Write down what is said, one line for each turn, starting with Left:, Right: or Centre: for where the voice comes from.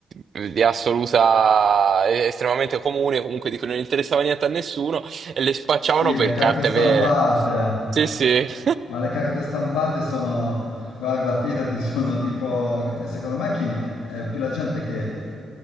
Right: di assoluta, estremamente comune, comunque di cui non interessava niente a nessuno e le spacciavano
Left: Sì,
Right: per
Left: le carte
Right: carte
Left: stampate.
Right: vere. Sì, sì. <laughs>
Left: Ma le carte stampate sono, guarda, fidati, <laughs> sono tipo, secondo me chi, è più la gente che